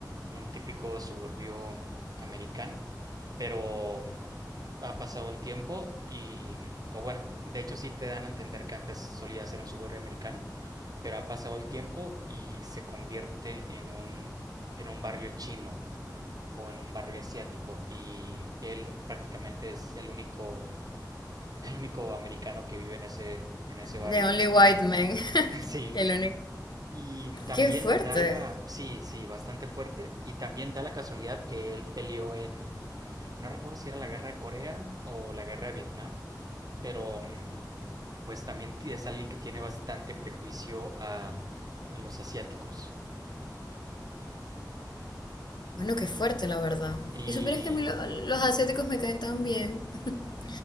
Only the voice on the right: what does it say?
un típico suburbio americano, pero ha pasado el tiempo y, o bueno, de hecho sí te dan a entender que antes solía ser un suburbio americano, pero ha pasado el tiempo y se convierte en un, en un barrio chino o en un barrio asiático y él prácticamente es el único el único americano que vive en ese en ese barrio.
<laughs>
Sí,
y también
da la... Sí, sí, bastante fuerte. Y también da la casualidad que él peleó en... No recuerdo si era la guerra de Corea o la guerra de Vietnam, pero mm, pues también es alguien que tiene bastante prejuicio a, a los asiáticos.
Y